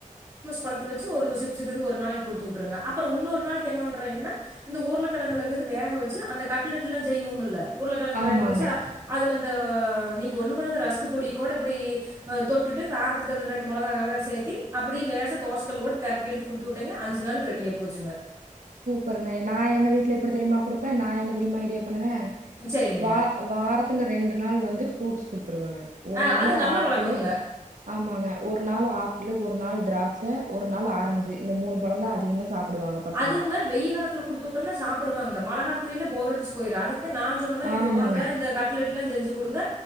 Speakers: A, on the right; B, on the right.
A: பலத்த வச்சு ஒரு சிப்ஸ்கிப் ஒரு நாளைக் குடுத்து வுட்டுருங்க அப்பறோ உன்னொரு நாளைக்கு என்ன பண்றீங்கன்னா இந்த உருளக்கழங்களங்து வேக வச்சு அந்த கட்லட்லா செய்வோமில்ல உருளக்கழங்கு
B: ஆமாங்க.
A: வேக வச்சா அதுலந் அ நீங்க ஒன்னு பண்ணாத ரஸ்க் பொடி கொட இப்டி தொட்டுட்டு காரத்துக்கு அதில் ரெண்டு மொளகா அளக சேத்தி அப்டியே லேசா தோசக்கல் போட்டு பெரட்டி எடுத்து குடுத்து வுட்டீங்கன்னா அஞ்சு நாளுக்கு ரெடியா போச்சுங்க
B: சூப்பருங்க நான் எங்க வீட்ல எப்டி தெரிமா குடுப்ப நா என்ன தெரிமா ஐடியா பண்ணுவ
A: சரிங்க
B: வா வாரத் துல ரெண்டு நாள் வந்து ஃப்ரூட்ஸ் கொடுத் த்துருவங்க ஒரு
A: ஆ
B: நாள்
A: அது நல்ல
B: ஆப்பிளு
A: பழக்கம்ங்க
B: ஆமாங்க ஒரு நாள் ஆப்பிளு ஒரு நாள் திராட்ச ஒரு நாள் ஆரஞ்சு இந்த மூணு பழம் தான் அதிகமா சாப்பிடுவாங்க பசங்க
A: அதுங்க <unintelligible> காலத்துல குடுத்து வுட்டம்னா சாப்புடுவாங்க மல காலத்தில போர் அடிச்சு போய்ரு அதுக் கு நா சொன்ன மாரி
B: ஆமாங்க
A: இந்த உரண்ட இந்த கட்ல எல்லா செஞ்சு குடுங்க